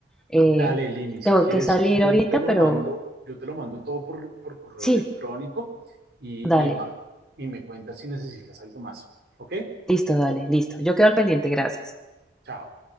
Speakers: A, in the centre; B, on the right.
A: Eh,
B: Dale, Lini, si
A: tengo
B: quieres,
A: que salir
B: yo
A: ahorita,
B: te lo
A: pero
B: mando, yo te lo mando todo por, por correo
A: sí,
B: electrónico y,
A: dale,
B: y, va, y me cuentas si necesitas algo más. ¿Ok?
A: listo, dale, listo. Yo quedo al pendiente, gracias.
B: Chao.